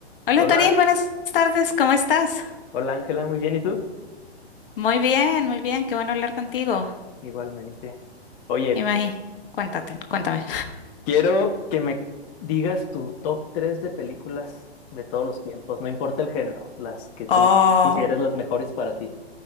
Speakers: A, on the left; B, on the left.
A: Hola
B: Hola,
A: Torín, buenas tardes, ¿cómo estás?
B: hola Ángela, muy bien, ¿y tú?
A: Muy bien, muy bien, qué bueno hablar contigo.
B: Igualmente. Oye,
A: Imagi, cuéntate, cuéntame.
B: quiero que me digas tu top 3 de películas de todos los tiempos, no importa el género, las que tú
A: Oh,
B: consideres las mejores para ti.